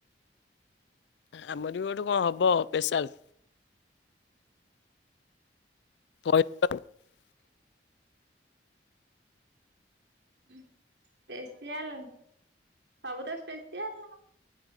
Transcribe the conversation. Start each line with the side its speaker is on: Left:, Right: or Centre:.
Left: ଆମର ବି ଗୋଟେ କଣ ହବ ସ୍ପେଶାଲ। କହି <inaudible>
Right: ସ୍ପେସିଆଲ। ସବୁ ତ ସ୍ପେଶିଆଲ।